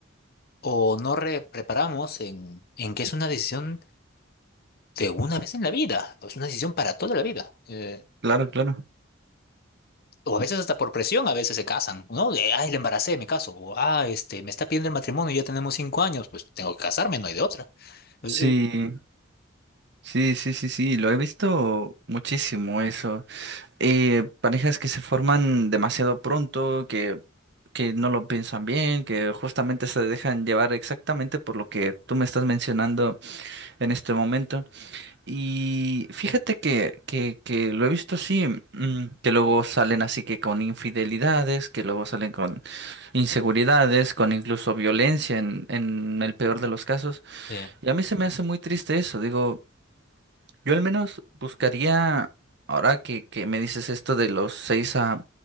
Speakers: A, on the left (about 50°); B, on the right (about 55°).
A: o no re- preparamos en, en que es una decisión de una vez en la vida, o es una decisión para toda la vida. Eh,
B: Claro, claro.
A: o a veces hasta por presión, a veces se casan, ¿no? De, ay, le embaracé, me caso. O, ah, este, me está pidiendo el matrimonio y ya tenemos cinco años, pues tengo que casarme, no hay de otra. Pues,
B: Sí,
A: Eh,
B: sí, sí, sí, sí, lo he visto muchísimo eso. Eh, parejas que se forman demasiado pronto, que, que no lo piensan bien, que justamente se dejan llevar exactamente por lo que tú me estás mencionando en este momento. Y fíjate que, que, que lo he visto así, mm, que luego salen así que con infidelidades, que luego salen con inseguridades, con incluso violencia en, en el peor de los casos.
A: eh,
B: Y a mí se me hace muy triste eso, digo. Yo al menos buscaría, ahora que, que me dices esto de los seis a